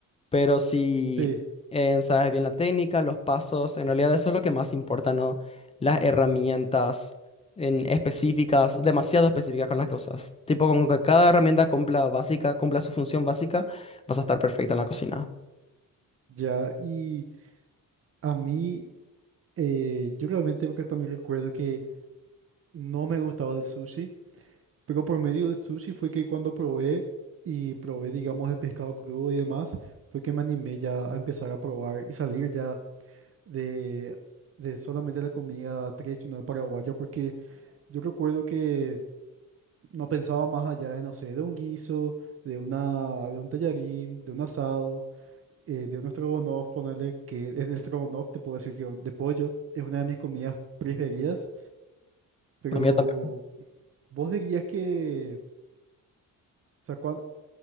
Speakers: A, on the left; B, on the right.
A: Pero si
B: Sí,
A: eh, sabes bien la técnica, los pasos, en realidad eso es lo que más importa, ¿no? Las herramientas en específicas, demasiado específicas con las que usas. Tipo, con que cada herramienta cumpla básica, cumpla su función básica, vas a estar perfecto en la cocina.
B: ya. Y a mí, eh, yo realmente porque también recuerdo que no me gustaba el sushi Pero por medio del sushi fue que cuando probé y probé, digamos, el pescado crudo y demás, fue que me animé ya a empezar a probar y salir ya de, de solamente la comida tradicional paraguaya, porque yo recuerdo que no pensaba más allá de, no sé, de un guiso, de una, de un tallarín, de un asado, eh, de un estrogonoff, ponerle que el estrogonoff, te puedo decir que de pollo es una de mis comidas preferidas, pero
A: La mía también.
B: vos dirías que... O sea, cuán-